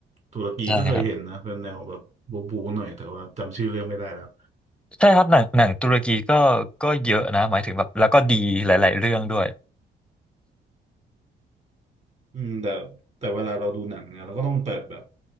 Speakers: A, on the right (about 35°); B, in the centre.
A: ตุรกีก็เคยเห็นนะเป็นแนวแบบบูบูหน่อยแต่ว่าจำชื่อเรื่องไม่ได้แล้ว
B: ใช่ครับ ใช่ครับหนังหนังตุรกีก็ก็เยอะนะหมายถึงแบบแล้วก็ดีหลายๆเรื่องด้วย
A: อืมแต่แต่เวลาเราดูหนังเนี่ยเราก็ต้องเปิดแบบ